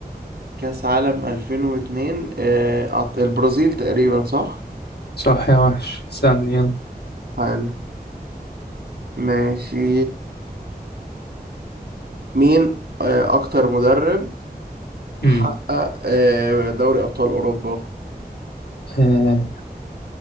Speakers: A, on the right (about 80°); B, on the left (about 80°).
A: كأس عالم 2002 آه، أعط- البرازيل تقريبا صح
B: صح يا وحش استنى يلا
A: حلو ماشي مين آه، أكتر مدرب
B: مم.
A: حقق آه، دوري أبطال أوروبا
B: آه،